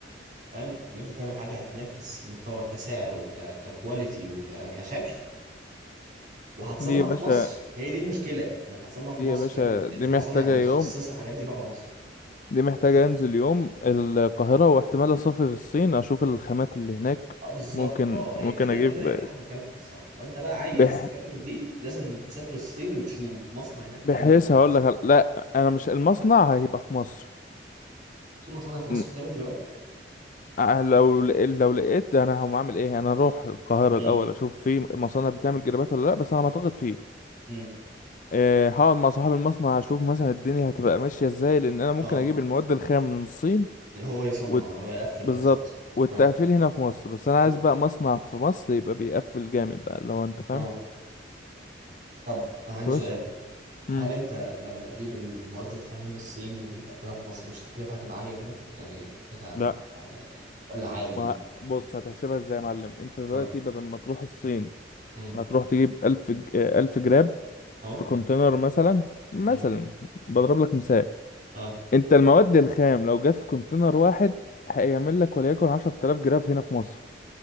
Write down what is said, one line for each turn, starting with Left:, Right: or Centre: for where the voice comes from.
Right: فاهم ان انت تعمل حاجه هتنافس المستورد كسعر وككواليتي وكشكل وهتصنع
Left: دي يا باشا
Right: في مصر هي دي المشكله انك هتصنع في
Left: دي
Right: مصر
Left: يا باشا
Right: فاهم إن
Left: دي
Right: في
Left: محتاجة
Right: مصانع متخصصه
Left: يوم
Right: الحاجات دي بره مصر
Left: دي محتاجة أنزل يوم القاهرة واحتمال أسافر الصين أشوف الخامات اللي هناك
Right: اه بالظبط
Left: ممكن
Right: اه هي
Left: ممكن
Right: كده
Left: أجيب
Right: كده يبقى احنا بنتكلم في الصح لو انت بقى عايز
Left: بح...
Right: حاجات من دي لازم تسافر الصين وتشوف مصنع هناك
Left: بحيث
Right: تامن معاه
Left: هقول
Right: مثلا
Left: لك لا أنا مش المصنع هيبقى في مصر
Right: في مصانع في مصر
Left: ن-
Right: بتعمل جرابات
Left: أه لو لق- لو لقيت أنا هقوم أعمل إيه أنا أروح القاهرة
Right: امم
Left: الأول أشوف في مصانع بتعمل جرابات ولا لأ بس أنا ما أعتقد فيه
Right: امم
Left: آه، هقعد مع صاحب المصنع اشوف مثلا الدنيا هتبقى ماشيه ازاي لان انا ممكن
Right: اه
Left: اجيب المواد الخام من الصين
Right: هو يصنع
Left: وت...
Right: هو يقفل
Left: بالظبط
Right: بس مثلا
Left: والتقفيل
Right: اه
Left: هنا في مصر بس انا
Right: اه
Left: عايز بقى مصنع في مصر يبقى بيقفل جامد بقى لو انت فاهم
Right: آه. طب انا عندي
Left: بص
Right: سؤال
Left: امم
Right: هل انت لما تجيب ال- المواد الخام من الصين وتيجي تقفلها في مصر مش التكلفه هتبقى عاليه كده يعني التكلفه هت-
Left: لا
Right: ولا عادي
Left: ما بص هتحسبها ازاي يا معلم انت دلوقتي
Right: اه
Left: بدل ما تروح الصين
Right: امم
Left: هتروح تجيب 1000 ج- آه، 1000 جرام
Right: اه
Left: في كونتينر مثلا مثلا
Right: امم
Left: بضرب لك مثال
Right: اه
Left: انت المواد الخام لو جت في كونتينر واحد هيعمل لك وليكن 10000 جرام هنا في مصر